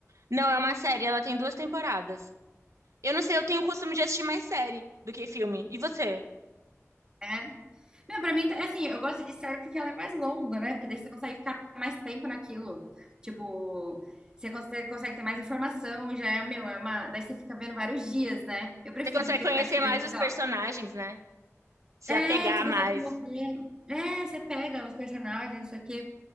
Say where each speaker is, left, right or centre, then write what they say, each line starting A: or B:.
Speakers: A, on the right; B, on the right.
A: Não, é uma série, ela tem duas temporadas. Eu não sei, eu tenho o costume de assistir mais série do que filme. E você?
B: É. Meu, pra mim, é assim, eu gosto de série porque ela é mais longa, né? Porque daí você consegue ficar mais tempo naquilo. Tipo, você consegue, consegue ter mais informação e já é, meu, é uma. Daí você fica vendo vários dias, né? Eu prefiro
A: Você consegue
B: do que
A: conhecer
B: ficar, tipo,
A: mais
B: vendo,
A: os
B: sei
A: personagens,
B: lá.
A: né? Se
B: É,
A: apegar
B: você consegue
A: mais.
B: se mover. É, você pega os personagens, não sei o quê.